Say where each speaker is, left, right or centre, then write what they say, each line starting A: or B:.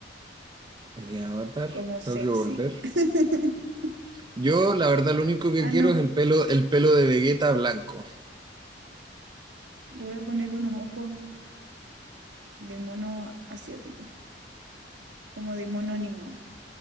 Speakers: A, on the right (about 25°); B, on the right (about 80°).
A: mi avatar.
B: como sexy.
A: Tengo que volver.
B: <laughs>
A: Yo, la verdad, lo único que
B: Ah,
A: quiero
B: no.
A: es el pelo, el pelo de Vegeta blanco.
B: Le voy a poner unos ojos de mono asiático. Como de mono animado.